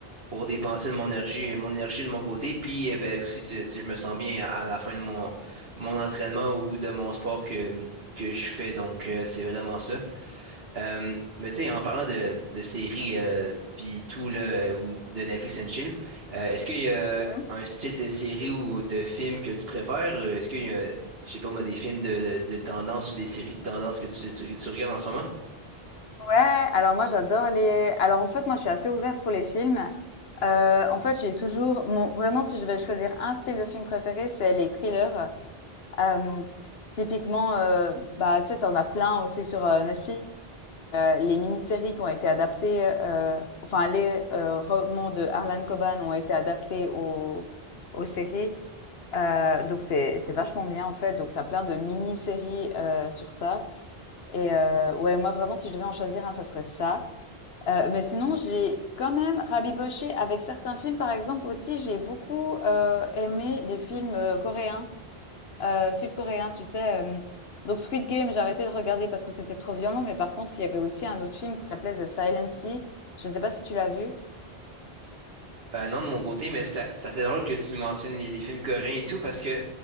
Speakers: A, on the right; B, on the left.
A: pour dépenser de mon énergie, mon énergie de mon côté. Puis euh, ben, aussi, tu- tu sais, je me sens bien à, à la fin de mon, mon entraînement ou de mon sport que, que je fais. Donc, euh, c'est vraiment ça. Euh, mais tu sais, en parlant de, de séries, euh, puis tout, là, euh, ou de Netflix and Chill, euh, est-ce qu'il y a
B: Mhm.
A: un style de série ou de film que tu préfères? Euh, Est-ce qu'il y a, je sais pas moi, des films de, de, de tendance ou des séries de tendance que tu, tu- que tu regardes en ce moment?
B: Ouais, alors moi, j'adore les, alors en fait, moi, je suis assez ouverte pour les films. Euh, en fait, j'ai toujours, mon, vraiment, si je vais choisir un style de film préféré, c'est les thrillers. Euh, typiquement, euh, bah, tu sais, t'en as plein aussi sur euh, Netflix. Euh, les mini-séries qui ont été adaptées, euh, enfin, les euh, romans de Harlan Coban ont été adaptés aux, aux séries. Euh, donc c'est c'est vachement bien en fait. Donc t'as plein de mini-séries euh, sur ça. Et euh, ouais, moi vraiment si je devais en choisir un, ça serait ça. Euh, mais sinon j'ai quand même rabiboché avec certains films par exemple aussi. J'ai beaucoup euh, aimé les films euh, coréens euh, sud-coréen, tu sais. euh, donc Squid Game, j'ai arrêté de regarder parce que c'était trop violent, mais par contre, il y avait aussi un autre film qui s'appelait The Silent Sea. Je ne sais pas si tu l'as vu.
A: Ben non, de mon côté, mais c'est c'est assez drôle que tu mentionnes les, les films coréens et tout, parce que